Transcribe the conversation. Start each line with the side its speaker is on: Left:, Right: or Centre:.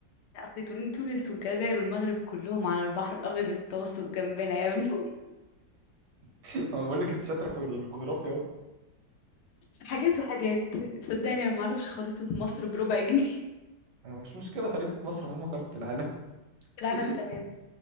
Left: لا، أصل تون- تونس والجزائر والمغرب كلهم على البحر الأبيض المتوسط جنبنا يا ابني <laughs>
Right: <laughs> انا بقول لك انت شاطرة في الجغرافيا
Left: حاجات وحاجات صدقني أنا معرفش خريطة مصر بربع جنيه
Right: اهو مش مشكلة خريطة مصر مهمة خريطة العالم
Left: <laughs> العالم
Right: <laughs>
Left: تمام